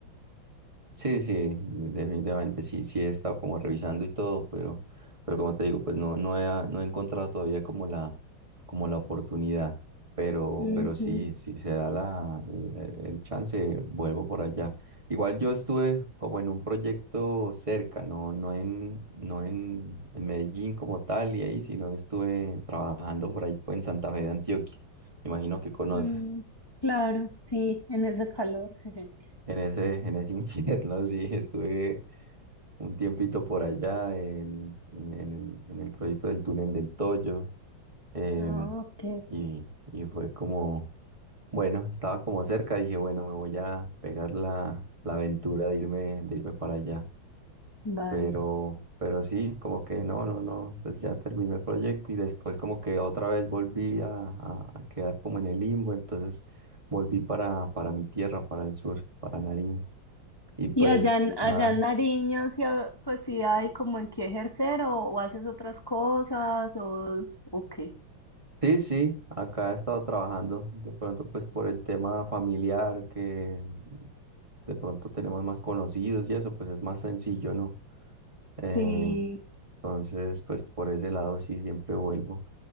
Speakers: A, on the right; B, on the left.
A: Sí, sí, definitivamente sí, sí he estado como revisando y todo, pero, pero como te digo, pues no, no he, no he encontrado todavía como la, como la oportunidad, pero,
B: Ujú,
A: pero sí, si se da la, el, el chance, vuelvo por allá. Igual yo estuve como en un proyecto cerca, no, no en, no en, en Medellín como tal y ahí, sino estuve trabajando por ahí pues, en Santa Fe de Antioquia. Imagino que conoces.
B: mm, claro, sí, en ese calor. <laughs>
A: En ese, en ese infierno, <laughs> sí, estuve un tiempito por allá en, en, el, en el proyecto del túnel del Toyo. em,
B: Ah, ok,
A: y, y fue como, bueno, estaba como cerca, dije, bueno, me voy a pegar la, la aventura de irme, de irme para allá.
B: vale.
A: Pero, pero sí, como que no, no, no, pues ya terminó el proyecto y después como que otra vez volví a, a- a quedar como en el limbo, entonces volví para, para mi tierra, para el sur, para Nariño. Y pues
B: ¿Y allá en, allá
A: nada.
B: en Nariño, sí, ha- pues sí hay como en qué ejercer o, o haces otras cosas o, o qué?
A: Sí, sí, acá he estado trabajando, de pronto pues por el tema familiar, que de pronto tenemos más conocidos y eso, pues es más sencillo, ¿no? Eh,
B: Sí,
A: entonces, pues por ese lado sí siempre vuelvo,